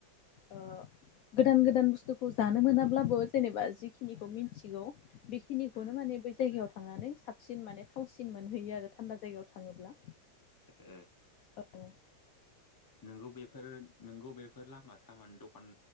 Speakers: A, on the left; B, on the left.
A: ओ गोदान गोदान बुस्थुखौ जानो मोनाब्लाबो जेनेबा जिखिनिखौ मिथिगौ बेखिनिखौनो
B: उम
A: माने बै जायगायाव थांनानै साबसिन माने थावसिन मोनहैयो आरो थान्दा जायगायाव थाङोब्ला
B: ओ
A: औ
B: नोंगौ बे फोर नोंगौ बेफोर लामा सामानि दकान